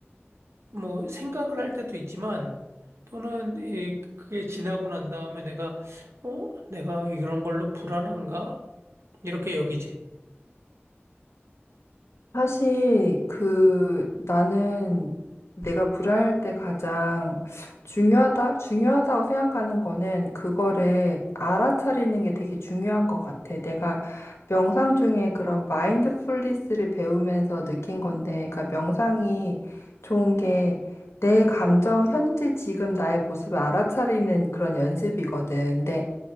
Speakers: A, on the right (about 80°); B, on the left (about 90°).
A: 뭐, 생각을 할 때도 있지만, 또는, 이, 그게 지나고 난 다음에 내가, 어, 내가 이런 걸로 불안한가? 이렇게 여기지.
B: 사실 그 나는 내가 불화할 때 가장 중요하다, 중요하다고 생각하는 거는 그거를 알아차리는 게 되게 중요한 것 같아. 내가 명상 중에 그런 마인드풀니스를 배우면서 느낀 건데, 그러니까 명상이 좋은 게 내 감정, 현재 지금 나의 모습을 알아차리는 그런 연습이거든. 근데